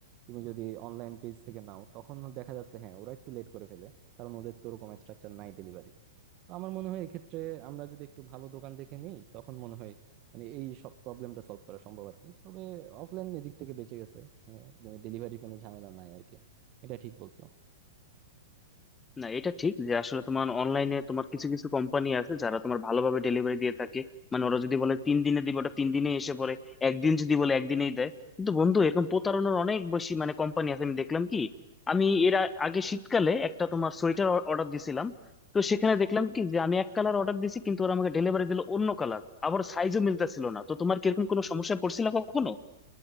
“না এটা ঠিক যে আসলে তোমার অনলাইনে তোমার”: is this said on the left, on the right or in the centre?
Left